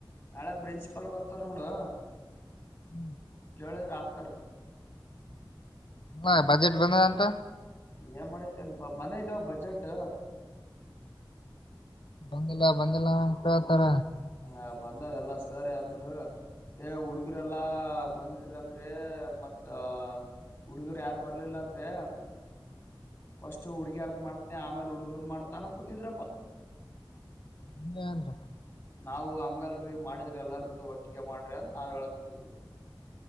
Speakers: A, on the left (about 25°); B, on the left (about 75°).
A: ನಾಳೆ ಪ್ರಿನ್ಸಿಪಾಲ್ ಬರ್ತಾರ ನೋಡು
B: ಹ್ಮ್
A: ಜಳರತ್ರ
B: ಹ ಬಜೆಟ್ ಬಂದ ಅಂತ
A: ಏನ್ ಮಾಡೈತೆಪ ಬಂದೈತ ಬಜೆಟ್
B: ಬಂದಿಲ್ಲ ಬಂದಿಲ್ಲ ಉಂಟ ಹತಾರ
A: ಹ ಬಂದದ ಎಲ್ಲ ಸರಿ ಅಂದ್ರ ಏ ಹುಡುಗರೆ ಎಲ್ಲಾ ಬಂದಿದ ಅಂದ್ರೆ ಮತ್ತ ಹುಡುಗರು ಯಾರು ಬರ್ಲಿಲ್ಲ ಅಂದ್ರೆ ಫಸ್ಟ್ ಹುಡ್ಗ್ಯಾರದ ಮಾಡ್ತನನೆ ಆಮೇಲ್ ಹುಡ್ಗರದ ಮಾಡ್ತ ನನ ಕೂತಿದ್ರಪ್ಪ
B: ಹ್ಮನ್
A: ನಾವು ಹಂಗಲ್ರಿ ಮಾಡಿದ್ರ ಎಲ್ಲಾರದ್ದು ಒಟ್ಟಿಗೆ ಮಾಡ್ರಿ ಅ ನಾವ್ ಹೇಳ ಕೂತಿದೀವಿ